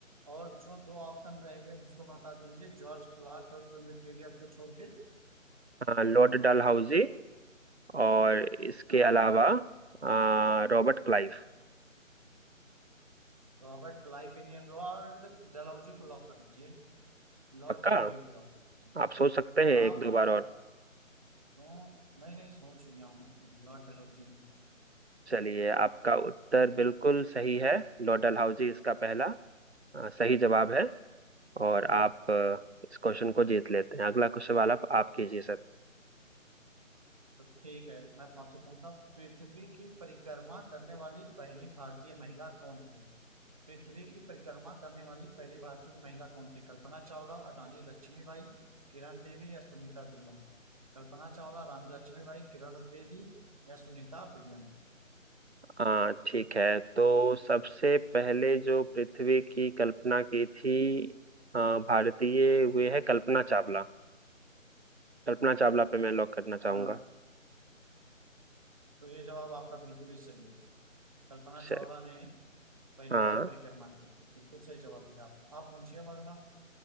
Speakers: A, on the right; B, on the right.
A: और जो दो ऑप्शन रह गए उसको बता दीजिए जॉर्ज क्लार्क और क्वीन विक्टोरिया को छोड़ के
B: हाँ लॉर्ड डलहौजी और इसके
A: हाँ
B: अलावा आ, रॉबर्ट क्लाइव
A: रॉबर्ट क्लाइव भी नहीं है लॉर्ड डलहौजी को लॉक कर दीजिए लॉर्ड
B: पक्का
A: डलहौजी को लॉक कर दीजिए
B: आप सोच सकते हैं एक
A: हाँ
B: दो
A: पक्का
B: बार और
A: तो नहीं नहीं सोच लिया हूँ ब्लड एलर्जी में।
B: चलिए आपका उत्तर बिल्कुल सही है लॉर्ड डलहौजी इसका पहला आ, सही जवाब है और आप आ, इस क्वेश्चन को जीत लेते हैं अगला क्वेश्चन वाला आप आप कीजिए सर
A: तो ठीक है मैं आपसे पूछता हूँ, पृथ्वी की परिक्रमा करने वाली पहली भारतीय महिला कौन थी पृथ्वी की परिक्रमा करने वाली पहली भारतीय महिला कौन थी कल्पना चावला रानी लक्ष्मीबाई किरण देवी या सुनीता विलियम कल्पना चावला रानी लक्ष्मीबाई किरण द्विवेदी या सुनीता विलियम
B: हाँ ठीक है तो सबसे पहले जो पृथ्वी की कल्पना की थी आ, भारतीय वे है कल्पना चावला कल्पना चावला पे मैं लॉक करना
A: अ,
B: चाहूंगा
A: तो ये जवाब आपका बिल्कुल ही सही है कल्पना चावला
B: चल
A: ने पहली
B: हाँ
A: बार परिक्रमा की थी बिल्कुल सही जवाब दिया आपने आप पूछिए अब अगला